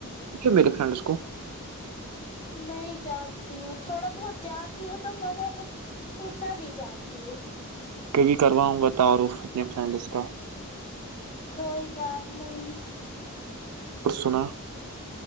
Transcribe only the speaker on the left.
نہیں جانتی ہوں تھوڑا بہت جانتی ہوں تو مگر اتنا نہیں جانتی ہوں
کوئی بات نہیں